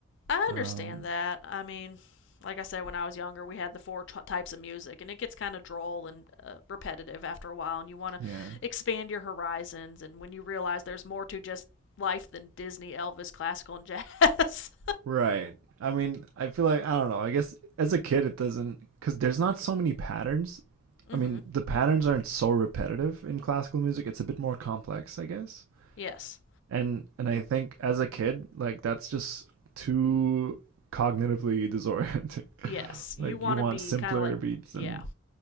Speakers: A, on the left; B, on the right.
A: I understand
B: Um
A: that. I mean, like I said, when I was younger, we had the four t- types of music, and it gets kind of droll and uh, repetitive after a while, and you want to
B: yeah.
A: expand your horizons, and when you realize there's more to just life than Disney, Elvis, classical, and jazz.
B: Right. I mean, I feel like I don't know. I guess as a kid, it doesn't because there's not so many patterns.
A: <laughs> mm-hmm.
B: I mean, the patterns aren't so repetitive in classical music. It's a bit more complex, I guess.
A: Yes,
B: And and I think as a kid, like that's just too cognitively disorienting.
A: yes.
B: <laughs>
A: You
B: like
A: want
B: you want
A: to be
B: simpler
A: kind of like,
B: beats
A: yeah,
B: and